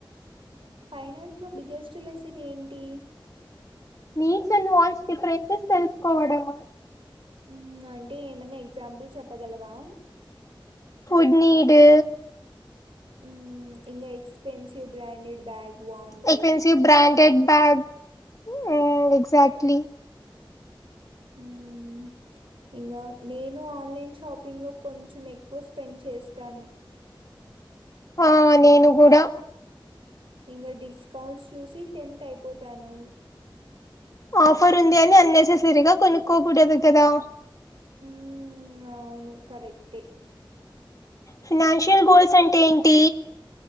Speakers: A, on the right; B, on the left.
A: ఫైనాన్స్ లో బిగ్గెస్ట్ లెసన్ ఏంటి
B: నీట్స్ అండ్ వాల్స్ డిఫరెన్సెస్ తెలుసుకోవడము
A: మ్మ్ అంటే ఏమన్నా ఎగ్జాంపుల్ చెప్పగలవా
B: ఫుడ్ నీడు
A: మ్మ్ ఇంగ expensive branded bag want.
B: Expensive branded bags మ్మ్ ఎక్జాక్ట్లీ
A: మ్మ్ ఇంకా నేను ఆన్లైన్ షాపింగ్ లో కొంచెం ఎక్కువ స్పెండ్ చేస్తాను
B: ఆ నేను కూడా
A: ఇంగ డిస్కౌంట్స్ చూసి టెంప్ట్ అయిపోతాను
B: ఆఫర్ ఉంది అని అన్నెసెసరీగా కొనుక్కోకూడదు కదా
A: ఉ అవును కరెక్టే
B: ఫినాన్షియల్ గోల్స్ అంటే ఏంటి